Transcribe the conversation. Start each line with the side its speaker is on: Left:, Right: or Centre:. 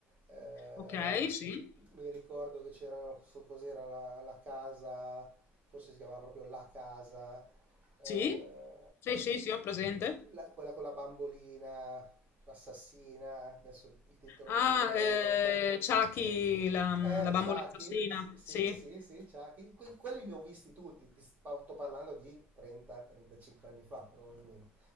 Right: eh,
Left: Ok, sì.
Right: mi ricordo che c'era, non so cos'era, la, la casa, forse si chiamava proprio La Casa, eh,
Left: Sì? Sì, sì, sì, ho presente.
Right: la- quella con la bambolina assassina, adesso il titolo
Left: Ah,
Right: non me lo ricordo.
Left: eh, Chucky, la, la
Right: Eh,
Left: bambola
Right: Chucky,
Left: assassina.
Right: s- sì,
Left: Sì.
Right: sì, sì, Chucky, Que- quelli li ho visti tutti, ti spa- sto parlando di 30-35 anni fa probabilmente,